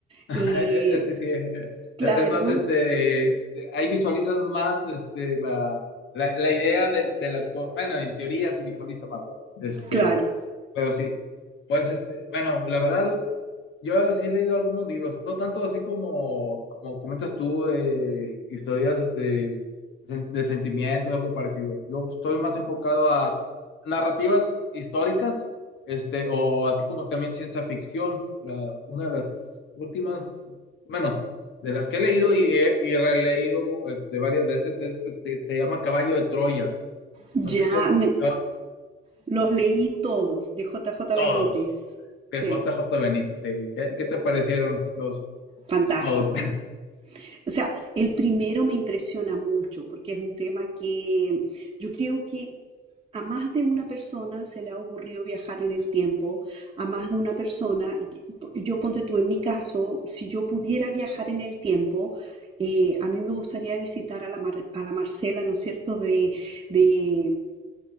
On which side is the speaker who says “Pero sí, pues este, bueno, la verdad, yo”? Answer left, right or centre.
Left